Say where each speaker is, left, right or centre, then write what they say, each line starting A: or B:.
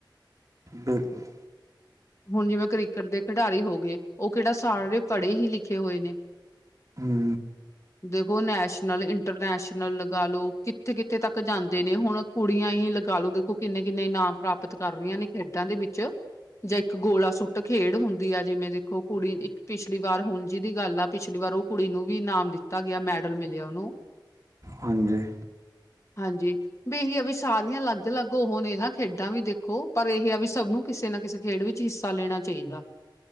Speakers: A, on the right (about 45°); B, on the left (about 35°).
A: ਬਿਲਕੁਲ
B: ਹੁਨ ਜਿਵੇ ਕ੍ਰਿਕੇਟ ਦੇ ਖਡਾਰੀ ਹੋ ਗੇ ਓ ਕੇੜਾ ਸਾਰੇ ਪੜੇ ਹੀ ਲਿਖੇ ਹੋਏ ਨੇ।
A: ਹੂੰ।
B: ਦੇਗੋ ਨੈਸ਼ਨਲ, ਇੰਟਰਨੈਸ਼ਨਲ ਲਗਾ ਲਓ ਕਿੱਥੇ-ਕਿੱਥੇ ਤੱਕ ਜਾਂਦੇ ਨੇ ਹੋਣ ਕੁੜੀਆਂ ਈ ਲਗਾਲੋ ਦੇਖੋ ਕਿੰਨੇ-ਕਿੰਨੇ ਇਨਾਮ ਪ੍ਰਾਪਤ ਕਾਰ ਰਈਆਂ ਨੇ ਖੇਡਾਂ ਦੇ ਵਿੱਚ। ਜਾ ਇੱਕ ਗੋਲਾ ਸੁੱਟ ਖੇਡ ਹੁੰਦੀ ਆ ਜਿਵੇ ਦੇ ਓ ਕੁੜੀ ਇੱਕ ਪਿਛਲੀ ਵਾਰ ਹੁਨ ਜਿਦੀ ਗਾੱਲ ਆ ਪਿਛਲੀ ਵਾਰ ਓ ਕੁੜੀ ਨੂੰ ਵੀ ਇਨਾਮ ਦਿੱਤਾ ਗਯਾ ਮੈਡਲ ਮਿਲਯਾ ਓਨੂੰ।
A: ਹਾਂਜੀ।
B: ਹਾਂਜੀ। ਵੀ ਇਹੀ ਆ ਵੀ ਸਾਰੀਆਂ ਅਲੱਗ-ਅਲੱਗ ਓਹ ਨੇ ਨਾ ਖੇਡਾਂ ਵੀ ਦੇਖੋ ਪਰ ਇਹੀ ਆ ਵੀ ਸੱਬ ਨੂੰ ਕਿਸੇ ਨਾ ਕਿਸੇ ਖੇਡ ਵਿੱਚ ਹਿੱਸਾ ਲੇਣਾ ਚਾਈਦਾ।